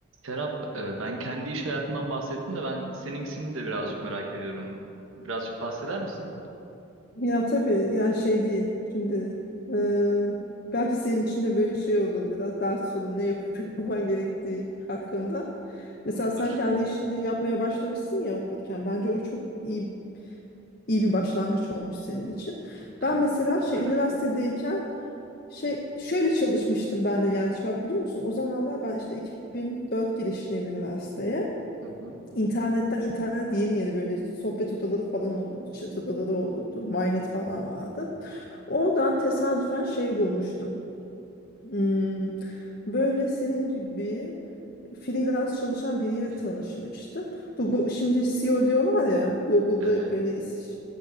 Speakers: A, on the right (about 70°); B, on the left (about 45°).
A: Serap, e, ben kendi iş hayatından bahsettim de ben seninkisini de birazcık merak ediyorum. Birazcık bahseder misin?
B: Ya tabii yani şey değil. Şimdi e, belki senin için de böyle şey olur biraz daha sonra ne yapıp <laughs> yapman gerektiği hakkında. Mesela
A: Olur.
B: sen kendi işini yapmaya başlamışsın ya okurken. Bence o çok iyi iyi bir başlangıç olmuş senin için.
A: Evet,
B: Ben mesela
A: teşekkürler.
B: şey üniversitedeyken şey şöyle çalışmıştım ben de gerçi bak biliyor musun? O zamanlar ben işte 2004 girişliyim üniversiteye.
A: Hı hı.
B: İnternetten internet yeni yeni böyle sohbet odaları falan olurdu, chat odaları olurdu, Mynet falan vardı. Oradan tesadüfen şey bulmuştum. Hmm, böyle senin gibi freelance çalışan biriyle
A: Evet.
B: tanışmıştım. Bu Go- şimdi CEO diyorlar ya Google'da
A: Evet.
B: böyle is-